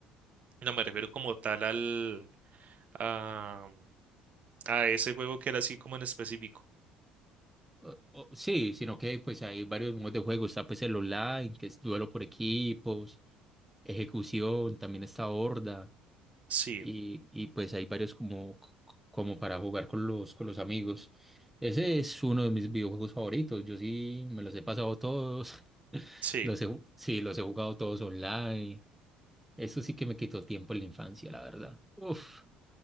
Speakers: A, on the right; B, in the centre.
A: No me refiero como tal al a, a ese juego que era así como en específico.
B: O- o- sí, sino que pues hay varios modos de juego. Está pues el online, que es duelo por equipos, ejecución, también está Horda.
A: Sí,
B: y, y pues hay varios como, como para jugar con los, con los amigos. Ese es uno de mis videojuegos favoritos. Yo sí me los he pasado todos. <laughs>
A: sí.
B: Los he, ju- sí, los he jugado todos online. Eso sí que me quitó tiempo en la infancia, la verdad. Uf,